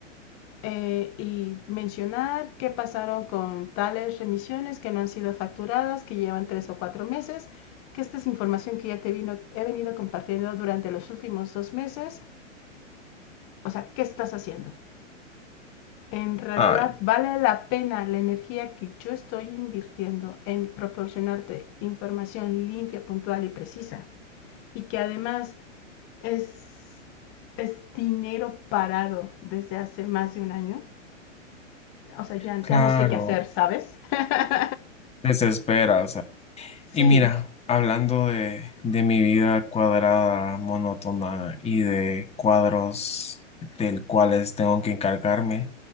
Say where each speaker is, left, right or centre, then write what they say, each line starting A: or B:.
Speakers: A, on the left; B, on the left.
A: eh, y mencionar qué pasaron con tales remisiones que no han sido facturadas, que llevan tres o cuatro meses, que esta es información que ya te vino, he venido compartiendo durante los últimos dos meses. O sea, ¿qué estás haciendo? En realidad
B: Ay,
A: vale la pena la energía que yo estoy invirtiendo en proporcionarte información limpia, puntual y precisa. Y que además es, es dinero parado desde hace más de un año. o sea, ya,
B: claro,
A: ya no sé qué hacer, ¿sabes? <laughs>
B: desesperas.
A: sí,
B: Y mira, hablando de, de mi vida cuadrada, monótona y de cuadros del cuales tengo que encargarme,